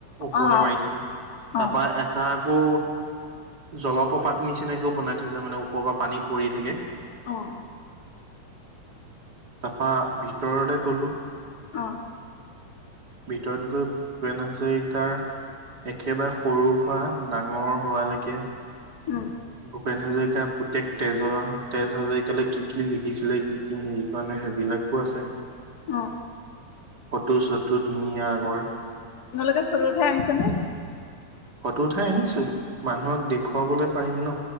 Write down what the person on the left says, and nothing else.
অ
অ
অ
অ'
আহ।
উম।
অ
তোমালোকে ফটো উঠাই আনিছা নে